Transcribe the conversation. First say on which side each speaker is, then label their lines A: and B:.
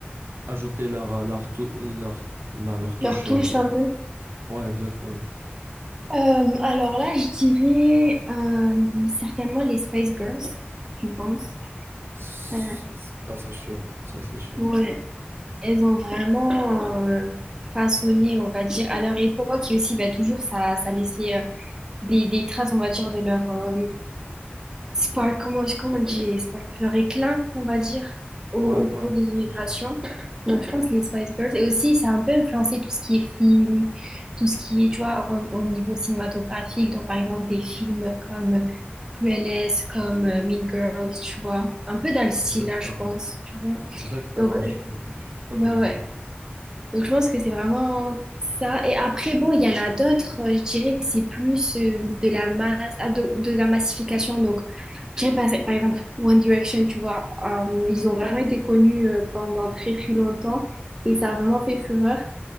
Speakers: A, on the right; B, on the right.
A: ajouté leur, leur, tou- leur, ben, leur touche.
B: leur touche
A: euh,
B: un peu.
A: Ouais, exactement.
B: Euh, alors là, je dirais euh, certainement les Spice Girls, je pense.
A: Ça,
B: Euh,
A: ça, c'est sûr. Ça, c'est sûr.
B: ouais, elles ont vraiment euh, façonné, on va dire, à leur époque et aussi bah, toujours ça, ça laissait euh, des, des traces, on va dire, de leur euh, spark, comment, comment on dit spark, leur éclat, on va dire, au,
A: Ouais,
B: au cours
A: ouais,
B: des générations.
A: c'est sûr.
B: Donc, je pense les Spice Girls. Et aussi, ça a un peu influencé tout ce qui est film, tout ce qui est, tu vois, au, au niveau cinématographique. Donc, par exemple, des films comme Cruelest, comme euh, Mean Girls, tu vois. Un peu dans le style,
A: Exactement.
B: là, je pense, tu vois.
A: Exactement,
B: Donc,
A: je,
B: je-
A: suis je suis tout à
B: ouais,
A: fait d'accord.
B: ouais. Donc je pense que c'est vraiment ça. Et après, bon, il y en a d'autres, euh, je dirais, c'est plus euh, de la masse, ah, de, de la massification. Donc, je dirais par, par exemple One Direction, tu vois, euh, ils ont vraiment été connus euh, pendant très très longtemps et ça a vraiment fait fureur.